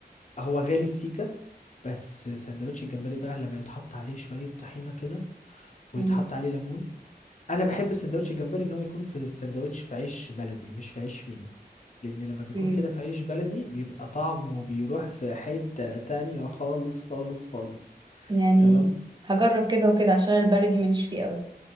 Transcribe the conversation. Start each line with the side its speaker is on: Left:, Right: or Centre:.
Left: هو غالي السيكه بس سندوتش الجمبري بقى لما يتحط عليه شويه طحينه كده ويتحط
Right: مم.
Left: عليه ليمون انا بحب سندوتش الجمبري ان هو يكون في سندوتش في عيش بلدي مش في عيش فينو لان لما بيكون
Right: مم.
Left: كده في عيش بلدي بيبقى طعمه بيروح في حتة تانية خالص خالص خالص
Right: يعني
Left: تمام
Right: هجرب كده وكده عشان البلدي ماليش فيه قوي